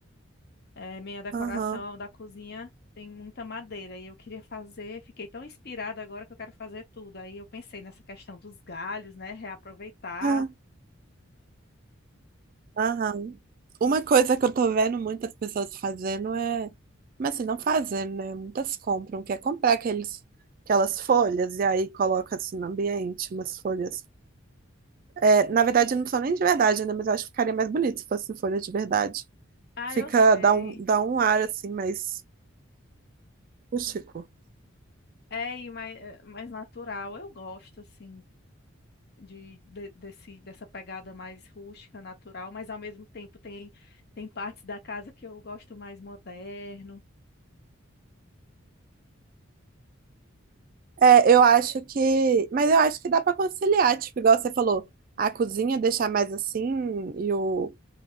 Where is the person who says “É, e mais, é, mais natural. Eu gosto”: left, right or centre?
Left